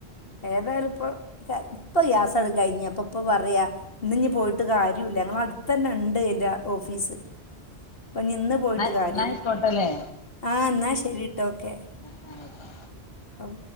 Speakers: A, on the left (about 60°); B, on the left (about 25°).
A: ഏതായാലും ഇപ്പൊ ഇപ്പൊ ഗ്യാസട് കഴിഞ്ഞപ്പൊ ഇപ്പ പറയ. ഇന്ന് ഇഞ് പോയിട്ട് കാര്യുല്ല ഞങ്ങളെ അടുത്തന്നെ ഇണ്ട് ഇതിന്റെ ഓഫീസ് അപ്പൊഞി ഇന്ന്. പോയിട്ട്
B: ന്നാ
A: കാര്യല്ല
B: ന്നാ ആയിക്കോട്ടല്ലേ
A: ആഹ് ഇന്നാ ശരിട്ടൊ ഓക്കെ.
B: ആഹ് ആഹ് ആയിക്കോ
A: അവ്